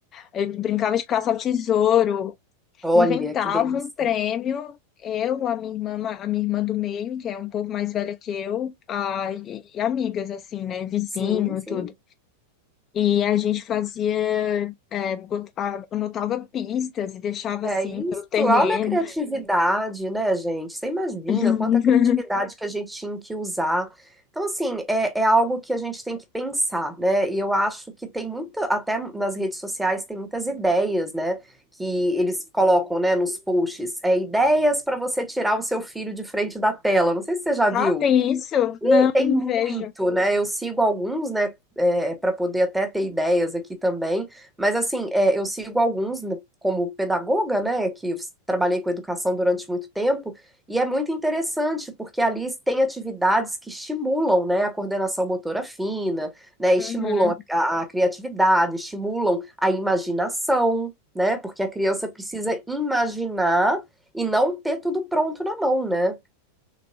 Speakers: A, on the left; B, in the centre.
A: Eu brincava de caça ao tesouro,
B: Olha
A: inventava
B: que delícia.
A: um prêmio. Eu, a minha irmã, ma- a minha irmã do meio, que é um pouco mais velha que eu, a, e, e amigas, assim, né? Vizinho
B: Sim, sim.
A: e tudo. E a gente fazia, é, bot- a- anotava pistas e deixava
B: É
A: assim
B: isso,
A: pelo terreno.
B: olha a criatividade, né, gente? Você imagina
A: <laughs>
B: quanta criatividade que a gente tinha que usar. Então, assim, é, é algo que a gente tem que pensar, né? E eu acho que tem muito, até nas redes sociais, tem muitas ideias, né? Que eles colocam, né, nos posts. É ideias para você tirar o seu filho de frente da tela. Não sei se você já viu.
A: Ah, tem isso? Não,
B: Tem
A: não
B: muito,
A: vejo.
B: né? Eu sigo alguns, né? para poder até ter ideias aqui também. Mas, assim, é, eu sigo alguns né, como pedagoga, né? Que eu s- trabalhei com educação durante muito tempo. E é muito interessante, porque ali tem atividades que estimulam, né? A coordenação motora fina, né? Estimulam
A: Uhum.
B: a, a criatividade, estimulam a imaginação, né? Porque a criança precisa imaginar e não ter tudo pronto na mão, né?